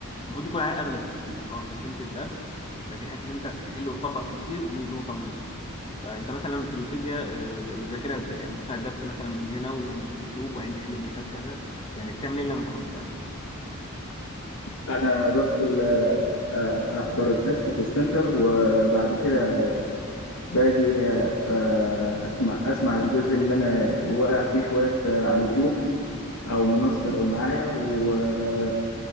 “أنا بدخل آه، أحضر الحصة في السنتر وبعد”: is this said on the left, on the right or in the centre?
Left